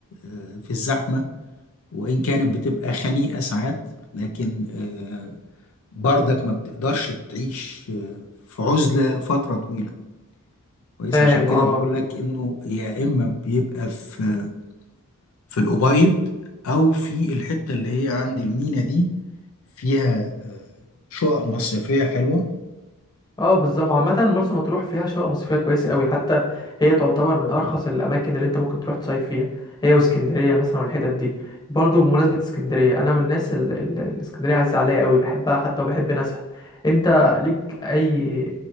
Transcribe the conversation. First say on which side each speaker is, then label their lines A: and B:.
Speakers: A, on the left; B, on the left.
A: آه، في الزحمه وان كانت بتبقى خنيقه ساعات لكن آه، برضك ما بتقدرش تعيش آه، في عزله فتره طويله كويس
B: فاهم
A: عشان كده
B: اه
A: بقول لك انه يا اما بيبقى في في الأبيض او في الحته اللي هي عند المينا دي فيها آه، شقق مصيفية حلوة
B: اه بالظبط عامة مرسى مطروح فيها شقق مصيفية كويسة قوي حتى هي تعتبر من أرخص الأماكن اللي أنت ممكن تروح تصيف فيها هي واسكندرية مثلا والحتت دي برضو بمناسبة اسكندرية أنا من الناس ال- ال- الاسكندرية عزيزة عليا قوي بحبها حتى وبحب ناسها أنت ليك أي